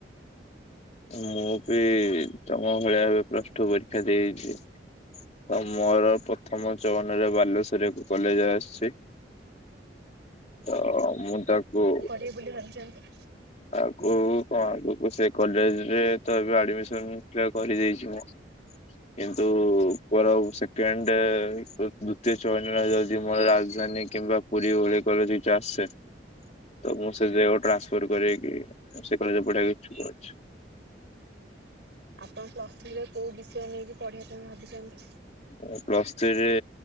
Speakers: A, on the left; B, on the right.
A: ମୁଁ ବି ତମ ଭଳିଆ ଏବେ ପ୍ଲସ ଟୁ ପରୀକ୍ଷା ଦେଇଛି। ତ ମୋର ପ୍ରଥମ ଚୟନରେ ବାଲେଶ୍ଵର ଏକ କଲେଜ ଆସିଛି। ତ ମୁଁ ତାକୁ
B: କିଏ ବୋଲି ଭାବୁଛନ୍ତି?
A: ଆଗକୁ କଣ ଆଗକୁ ସେ କଲେଜରେ ତ ଏବେ ଆଡମିସନ କରିଦେଇଛି ମୁଁ କିନ୍ତୁ ମୋର ଆଉ ସେକେଣ୍ଡ ଦ୍ଵିତୀୟ ଚୟନରେ ଯଦି ମୋର ରାଜଧାନୀ କିମ୍ବା ପୁରୀ ଭଳି କଲେଜ କିଛି ଆସେ ତ ମୁଁ ସେ ଜେଗାକୁ ଟ୍ରାନ୍ସଫର କରି ସେ କଲେଜରେ ପଢିବାକୁ ଇଛୁକ ଅଛି।
B: ଆପଣ ପ୍ଲସ ଥ୍ରିରେ କୋଉ ବିଷୟ ନେଇକି ପଢିବା ପାଇଁ ଭାବିଛନ୍ତି?
A: ମୁଁ ପ୍ଲସ୍ ଥ୍ରୀରେ